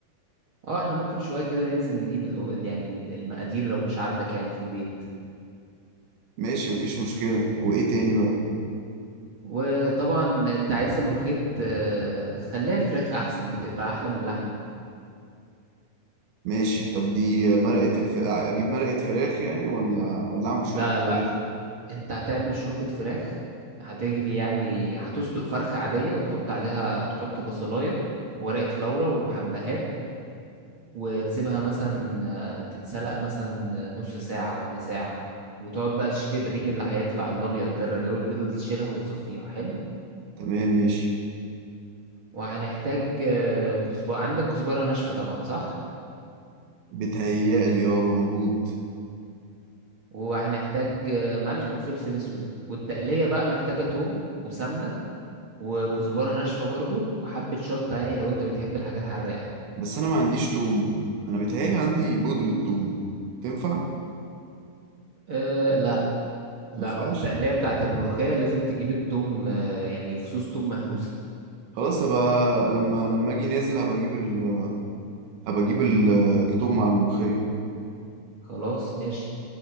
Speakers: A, on the right (about 50°); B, on the right (about 80°).
A: اه احنا ممكن شوية كده ننزل نجيب ال- ال- يعني ال- المقادير لو مش عندك يعني في البيت
B: ماشي مفيش مشكله وايه تاني بقى
A: وطبعا انت عايزة ملوخية آه، خليها فراخ احسن بتبقى احلى من اللحمة
B: ماشي طب دي مرقه الف... اجيب مرقه فراخ يعني ولا ولا اعمل شوربه
A: لا لا
B: فراخ
A: انت هتعمل شوربة فراخ هتجلي يعني هتسلق فرخة عادية وتحط عليها تحط بصلاية ورقة لورا وحبهات وتسيبها مثلا آه، تتسلق مثلا نص ساعة ولا ساعة وتقعد بقى تشيل الريم اللي هيطلع الأبيض ده الرغاوي البيضة دي تشيلها وتصفيها حلو
B: تمام ماشي
A: وهنحتاج آه، كزبرة عندك كزبرة ناشفة طبعا صح
B: بتهيألي اه موجود
A: وهنحتاج آه، ملح وفلفل أسود والتقلية بقى محتاجة توم وسمنة وكزبرة ناشفة برضو وحبة شطة يعني لو انت بتحب الحاجات حراقة
B: بس انا ما عنديش توم انا بيتهيألي عندي بودرة توم تنفع
A: أه لا لا
B: تنفعش
A: التقلية بتاعت الملوخية لازم تجيب التوم آه، يعني فصوص توم مهروسة
B: خلاص هبقى لما لما اجي نازل هبقى اجيب ال... هبقى اجيب ال... التوم مع الملوخية
A: خلاص ماشي